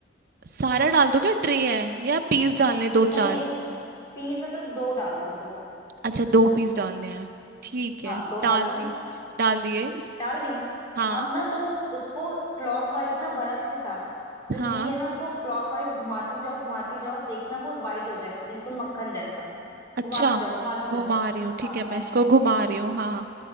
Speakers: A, on the right; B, on the left.
A: सारा डाल दो क्या ट्रे है या पीस डालने दो
B: नहीं
A: चार
B: नहीं पीस है तो दो डाल लो दो
A: अच्छा दो पीस डालने हैं ठीक
B: हाँ
A: है
B: दो डाल
A: डाल
B: लो
A: दी डाल दिए
B: डाल दी
A: हाँ
B: अब ना तुम उसको क्लॉकवाइज ना बर्फ के साथ जो
A: हाँ
B: घी है ना उसको क्लॉकवाइज घुमाती जाओ घुमाती जाओ देखना वो वाइट हो जाएगा बिल्कुल मक्खन जैसा
A: अच्छा
B: घुमाती जाओ घुमाती
A: घुमा
B: जाओ
A: रही हूँ ठीक
B: हाँ
A: है मैं
B: मैं
A: इसको घुमा रही हूँ हाँ